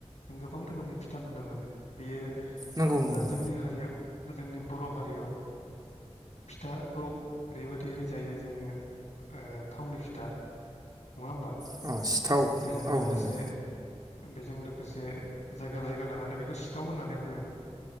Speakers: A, on the left; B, on the right.
A: जों गोबां रोखोमनि फिथा नुनो मोनो बेयो
B: नंगौ नंगौ
A: दा जोंनि हारियाव जोंनि बर' हारियाव फिथाखौ ओरैबायदिहाय जायो जोङो ओ थावनि फिथा नङा होमबा?
B: अ सिथाव
A: बेजों
B: औ
A: लोगोसे
B: नंगौ
A: बेजों लोगोसे जायगा जायगा लानानै बेखौ सिथाव होननानै बुङो